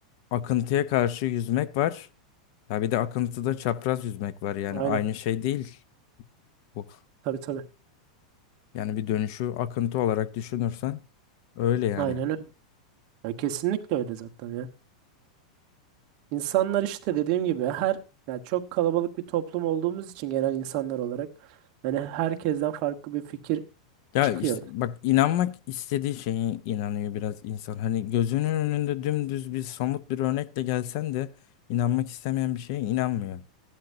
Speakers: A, on the left; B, on the right.
A: akıntıya karşı yüzmek var. Ya bir de akıntıda çapraz yüzmek var yani
B: Aynen.
A: aynı şey değil bu.
B: Tabii tabii.
A: Yani bir dönüşü akıntı olarak düşünürsen öyle yani.
B: Aynen öyle. Ya kesinlikle öyle zaten ya. İnsanlar işte dediğim gibi her yani çok kalabalık bir toplum olduğumuz için genel insanlar olarak yani herkesten farklı bir fikir
A: Ya
B: çıkıyor.
A: işte bak inanmak istediği şeye inanıyor biraz insan. Hani gözünün önünde dümdüz bir somut bir örnekle gelsen de inanmak istemeyen bir şeye inanmıyor.